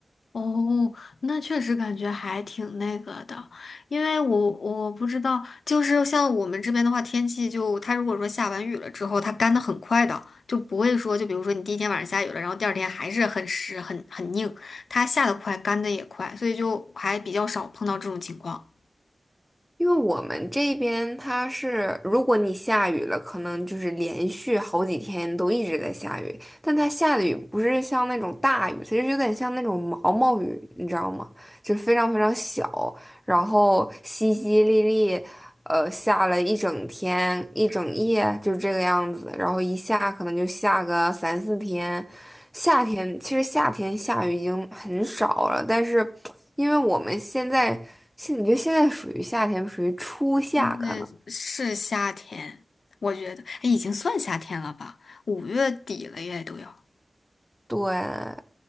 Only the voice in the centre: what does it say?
因为我们这边它是，如果你下雨了，可能就是连续好几天都一直在下雨，但它下的雨不是像那种大雨，它就是有点像那种毛毛雨，你知道吗？就是非常非常小，然后淅淅沥沥，呃，下了一整天、一整夜，就是这个样子。然后一下可能就下个三四天。夏天其实夏天下雨已经很少了，但是因为我们现在现，你觉得现在属于夏天，属于初夏可能。
对，